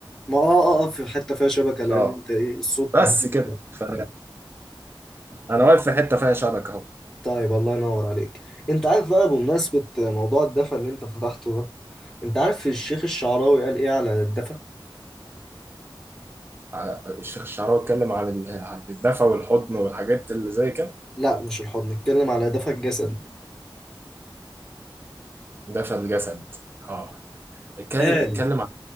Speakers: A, in the centre; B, on the right (about 25°).
A: ما اه اه اه في حته فيها شبكه لان
B: اه
A: انت ايه الصوت
B: بس
A: مهدي
B: كده
A: شويه
B: ف... انا واقف في حته فيها شبكه اهو
A: طيب الله ينور عليك انت عارف بقى بمناسبه موضوع الدفا اللي انت فتحته ده انت عارف الشيخ الشعراوي قال ايه على الدفا
B: ع- الشيخ الشعراوي اتكلم عن ال- عن الدفى والحضن والحاجات اللي زي كده
A: لا مش الحضن نتكلم على دفا الجسد
B: دفى الجسد اه اتكلم
A: قال
B: اتكلم عن